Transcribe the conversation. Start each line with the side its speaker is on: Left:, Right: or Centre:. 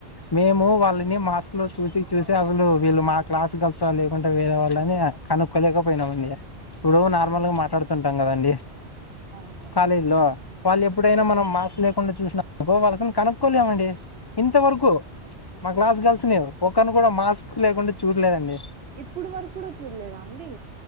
Left: మేము వాళ్ళని మాస్క్ లో చూసి చూసి అసలు వీళ్ళు మా క్లా గర్ల్స్ లేకుండా వేరే వాళ్ళని కనుక్కోలేకపోయినామండి ఇప్పుడు నార్మల్
Right: అయ్య
Left: గా మాట్లాడుతుంటాం కదండి
Right: అవునవును
Left: కాలేజ్ లో వాళ్ళు ఎప్పుడైనా
Right: అవును
Left: మనం మాస్ లేక కుండ చూసిన అనుకో వాళ్ళ <unintelligible> కనుక్కోలేమండి ఇంతవరకు మా క్లాస్ గర్ల్స్ ని ఒక్కరిని కూడా మాస్క్ లేకుండా చూడలేదండి
Right: ఇప్పుడు వరకు కూడా చూడలేదా అండి